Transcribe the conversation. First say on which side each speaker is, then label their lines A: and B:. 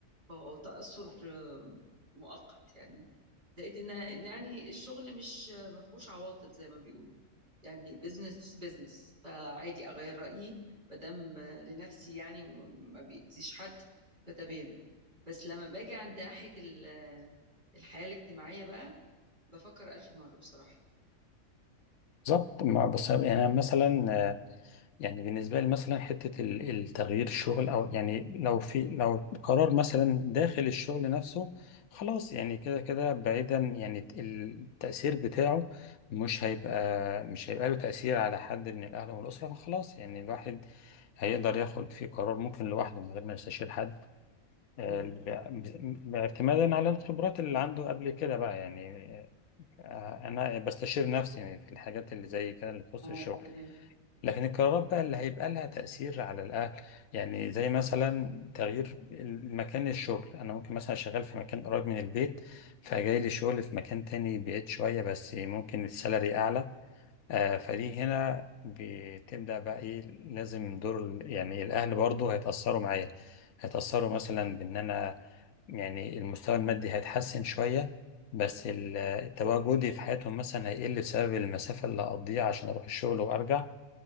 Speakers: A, on the right; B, on the left.
A: فهو تأثر آه، مؤقت يعني زائد إن يعني الشغل مش آه، ما فيهوش عواطف زي ما بيقولوا يعني بزنس بزنس فعادي أغير رأيي ما دام لنفسي يعني وما بيأذيش حد فتمام بس لما باجي عند ناحية ال- آه، الحياة الاجتماعية بقى بفكر ألف مرة بصراحة
B: بالظبط ما- بس يعني أنا مثلا آه، يعني بالنسبة لي مثلا حتة ال- التغيير الشغل أو يعني لو في لو قرار مثلا داخل الشغل نفسه خلاص يعني كده كده بعيدا يعني التأثير بتاعه مش هيبقى مش هيبقى له تأثير على حد من الأهل والأسرة فخلاص يعني الواحد هيقدر ياخد فيه قرار ممكن لوحده من غير ما يستشير حد آه،
A: إمم،
B: ب- باعتمادا على الخبرات اللي عنده قبل كده بقى يعني آه، انا بستشير نفسي في الحاجات اللي زي كده اللي تخص
A: معاك
B: الشغل
A: تمام،
B: لكن القرارات بقى اللي هيبقى لها تأثير على الاهل يعني زي مثلا تغيير مكان الشغل انا ممكن مثلا شغال في مكان قريب من البيت فجاي لي شغل في مكان تاني بعيد شوية بس ممكن السالري اعلى آه، فدي هنا بتبدأ بقى ايه لازم دور ال- يعني الأهل برضو هيتأثروا معايا هيتأثروا مثلا بإن أنا يعني المستوى المادي هيتحسن شوية بس ال- تواجدي في حياتهم مثلا هيقل بسبب المسافة اللي هقضيها عشان أروح الشغل وأرجع